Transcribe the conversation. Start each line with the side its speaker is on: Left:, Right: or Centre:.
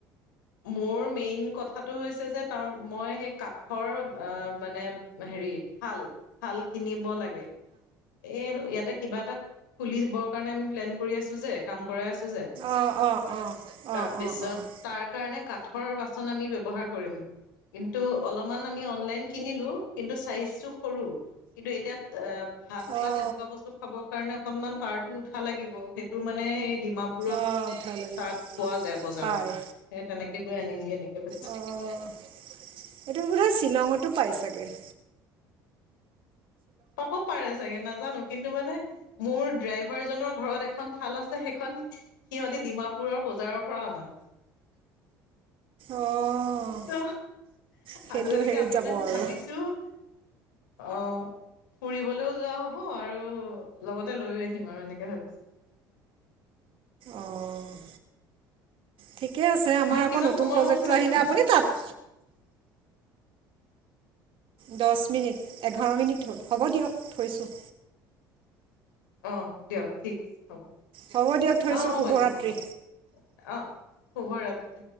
Left: মোৰ মেইন কথাটো হৈছে যে তাৰ মই সেই কাঠৰ মানে হেৰি থাল - থাল কিনিব লাগে এ ইয়াতে কিবা এটা খুলিবৰ কাৰণে আমি প্লেন কৰি আছো যে কাম কৰাই আছো যে
Right: অঁ অঁ অঁ
Left: তাৰপিছত
Right: অঁ অঁ অঁ অঁ
Left: তাৰ কাৰণে কাঠৰ বাচন আমি ব্যৱহাৰ কৰিম কিন্তু অলপমান আমি অনলাইন কিনিলো কিন্তু চাইজটো সৰু কিন্তু এতিাত অ, ভাত
Right: অঁ
Left: বা তেনেকুৱা বস্তু খাবৰ কাৰণে অকনমান পাৰটো উঠা লাগিব সেইটো মানে সেই ডিমাপুৰত
Right: অঁ উঠা লাগিব
Left: তাত পোৱা যায় বজাৰত
Right: পায়
Left: স তেনেকে গৈ আনিমগৈ এনেকে ভাবিছো।
Right: অঁ এইটো বোধৰা শ্বিলঙতো পাই চাগে
Left: পাব পাৰে চাগে নাজানো কিন্তু মানে মোৰ ড্ৰাইভাৰজনৰ ঘৰত এখন থাল আছে সেইখন সিহতি ডিমাপুৰৰ বজাৰৰ পৰা অনা।
Right: অ'
Left: ত'
Right: সেইটো
Left: আজতিকে
Right: হেৰিত
Left: আমি
Right: যাব
Left: মানে
Right: আৰু
Left: ভাবিছো। <unintelligible> অ', ফুৰিবলৈও যোৱা হব আৰু লগতে লৈ আহিম আৰু এনেকে ভাবিছো। <inaudible>
Right: অ' ঠিকে আছে আমাৰ আকৌ
Left: কিমান
Right: নতুন
Left: সময়
Right: প্ৰজেক্টটো
Left: হ'ল চাইছে
Right: আহিলে
Left: নেকি
Right: আপুনি তাত দহ মিনিট এঘাৰ মিনিট হ'ল হ'ব দিয়ক থৈছো।
Left: অ', দিয়ক ঠিক আছে হ'ব
Right: হ'ব দিয়ক থৈছোঁ
Left: অ, হ'ব
Right: শুভৰাত্ৰি
Left: দিয়ক হ'ব অ, শুভ ৰাত্ৰি।